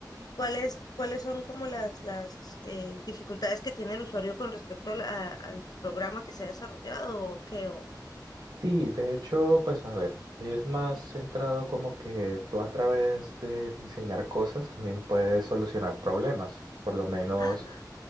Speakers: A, on the left (about 60°); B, on the right (about 70°).
A: ¿Cuáles, cuáles son como las, las eh, dificultades que tiene el usuario con respecto a la- al programa que se ha desarrollado o qué? O,
B: Sí, de hecho, pues a ver, es más centrado como que tú a través de diseñar cosas también puedes solucionar problemas. Por lo menos
A: ah,